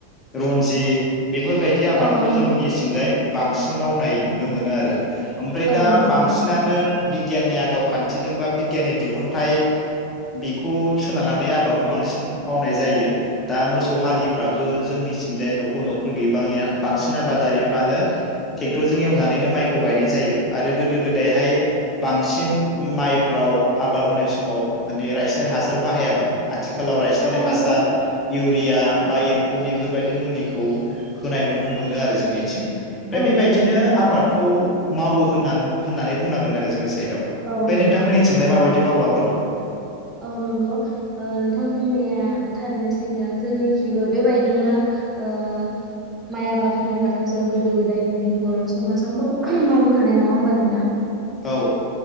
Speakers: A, on the left (about 15°); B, on the right (about 15°).
A: रन्जि बेफोरबायदि आबादखौ
B: औ नंगौ
A: जोंनि सिंजाय बांसि सिन मावनाय नुनो मोनो आरो ओमफ्राय
B: औ
A: दा
B: नंगौ
A: बांसिनानो
B: नोंथां
A: बिगियाननि आदब खान्थिजों बा बिगियाननि दिहुनथाइ बेखौ सोनारनानै आबादखौ बांसिन मावनाय जायो दा मोसौ हालिफ्राबो जोंनि सिंजाय न'खर न'खर गैबांलिया बांसिन आबादारिफ्रानो ट्रेक्टरजों एवनानैनो माइखौ गायनाय जायो आरो गोदो गोदायहाय बांसिन माइफ्राव आबाद मावनाय समाव माने रायसिनारि हासार बाहायामोन आथिखालाव रायसिनारि
B: औ
A: हासार
B: नंगौ
A: इउरिया बा एम्फौनिबो बायदि मुलिखौ होनाय नुनो मोनो आरो जोंनिथिं बेबायदिनो
B: औ नंगौ नोंथां
A: आबादखौ खौ मावो होननान होननानै बुंनांगोन आरो जोंनि <unintelligible> दं ओमफाय
B: औ नंगौ
A: नोंथांमोननिथिंलाय
B: नंगौ
A: माबायदि मावो आबाद खौ
B: औ नांगौ ओ नोंथां बुंनाया थारैनो सैथो जोंनिखिबो बेबायदिनो ओ माइ आबाद होनोबाथ' जों गोदो गोदायनिफ्रायनो बर' समाजाव माव मावबोखा खानाय नङा होमबा नोंथां
A: औ